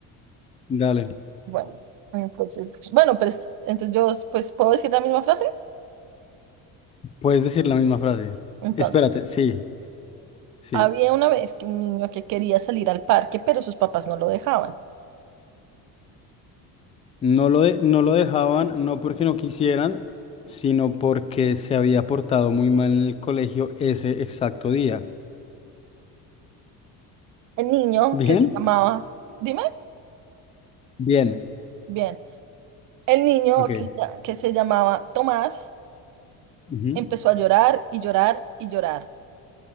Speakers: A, on the left (about 15°); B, on the right (about 55°).
A: dale.
B: Bueno, entonces, bueno, pues entonces yo pues puedo decir la misma frase.
A: Puedes decir la misma frase.
B: Entonces,
A: Espérate, sí, sí.
B: había una vez que un niño que quería salir al parque, pero sus papás no lo dejaban.
A: No lo de- no lo dejaban, no porque no quisieran, sino porque se había portado muy mal en el colegio ese exacto día.
B: El niño
A: ¿Bien?
B: que se llamaba, dime,
A: Bien.
B: bien, el niño
A: Ok.
B: que, se lla- que se llamaba Tomás
A: Ujú.
B: empezó a llorar y llorar y llorar